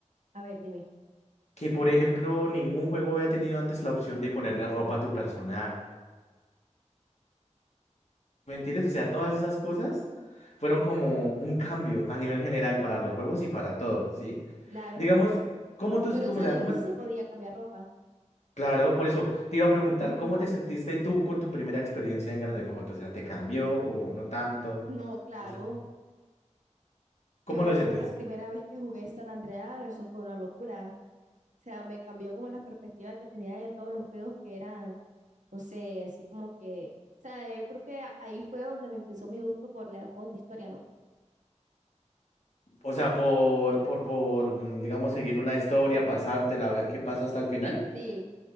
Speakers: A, on the right; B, on the left.
A: A ver, dime.
B: Que, por ejemplo, ningún juego había tenido antes la opción de ponerle ropa a tu personaje ¿Me entiendes? O sea, todas esas cosas fueron como un cambio a nivel general para los juegos y para todo, ¿sí?
A: Claro.
B: Digamos, ¿cómo tú,
A: Pero
B: cómo
A: en San
B: o sea,
A: Andrés
B: cómo...
A: sí se podía cambiar ropa.
B: Claro, por eso te iba a preguntar,
A: Ujú.
B: ¿cómo te sentiste tú con tu primera experiencia en Grande Foto? O sea, ¿te cambió o no tanto?
A: No, claro.
B: O sea, ¿cómo
A: Yo
B: lo sientes?
A: la primera vez que jugué San Andreas, eso fue una locura. O sea, me cambió como las perspectivas que tenía de todos los juegos que eran no sé, así como que, o sea, yo creo que ahí fue donde me empezó mi gusto por los juegos de historia, ¿no?
B: O sea, por, por, por, mm, digamos, seguir una historia, pasártela, a ver qué pasa hasta el final.
A: Sí,